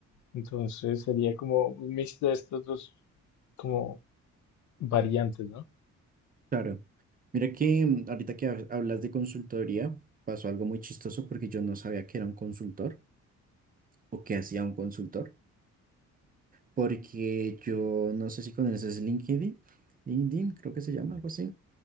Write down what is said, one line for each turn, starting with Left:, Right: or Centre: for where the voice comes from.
Left: Entonces sería como un mix de estos dos como variantes, ¿no?
Right: Claro. Mira que mm, ahorita que hab- hablas de consultoría, pasó algo muy chistoso porque yo no sabía que era un consultor o que hacía un consultor, porque yo no sé si conoces LinkedIn, LinkedIn creo que se llama algo así,